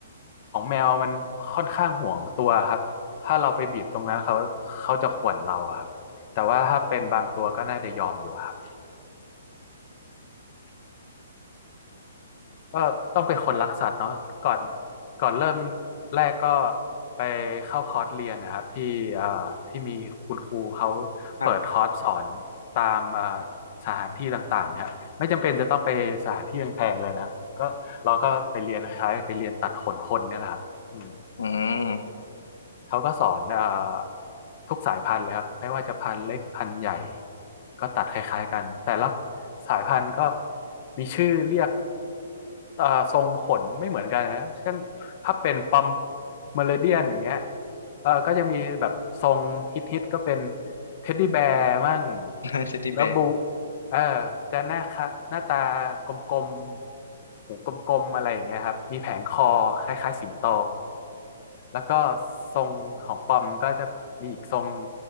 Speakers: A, on the left; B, on the left.
A: ของแมวมันค่อนข้างห่วงตัวครับถ้าเราไปบีบตรงนั้นเขาเขาจะข่วนเราอะครับแต่ว่าถ้าเป็นบางตัวก็น่าจะยอมอยู่ครับ ก็ต้องเป็นคนรักสัตว์เนาะก่อนก่อนเริ่มแรกก็ไปเข้าคอร์สเรียนนะครับที่อ่าที่มีคุณครูเขา
B: ฮะ
A: เปิดคอร์สสอนตามอ่าสถานที่ต่างๆนะครับไม่จำเป็นจะต้องไปสถานที่แพงๆเลยนะครับก็เราก็ไปเรียนคล้ายๆไปเรียนตัดขนคนเนี่ยแหละครับอืม
B: อืม
A: เขาก็สอนเอ่อทุกสายพันธุ์เลยครับไม่ว่าจะพันธุ์เล็กพันธุ์ใหญ่ก็ตัดคล้ายๆกันแต่ละสายพันธุ์ก็มีชื่อเรียกเอ่อทรงขนไม่เหมือนกันนะเช่นถ้าเป็นปอมเมอริเดียนอย่างเงี้ยเออก็จะมีแบบทรงฮิตๆก็เป็นเท็ดดี้แบร์มั่ง
B: <laughs> เทดดี้แบร์
A: แล้วบู เออจะหน้าคะหน้าตากลมๆหูกลมๆอะไรอย่างเงี้ยครับมีแผงคอคล้ายๆสิงโตแล้วก็ทรงของปอมก็จะมีอีกทรง